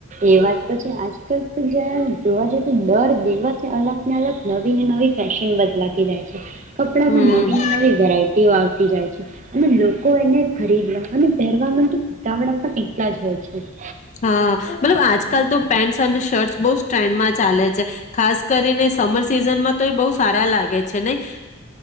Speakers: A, on the right (about 35°); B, on the left (about 35°).
A: એ વાત તો છે આજકાલ તો જ જોવા જઈએ તો દર દિવસે અલગ અલગ નવી ને નવી ફેશન બદલાતી જાય છે હ <inaudible> કપડામાં
B: હમ
A: નવી ને નવી વેરાયટીઓ આવતી જાય છે, અને લોકો એને ખરીદવા અને પહેરવાવામાં તો ઉતાવળ <unintelligible> ત્યાંજ હો છે <inaudible>
B: હા મતલબ આજકાલ તો પેન્ટસ અને શર્ટ્સ બહુ જ ટ્રેન્ડમાં ચાલે છે ખાસ કરીને સમર સિઝનમાં તો એ બહુ સારા લાગે છે નહી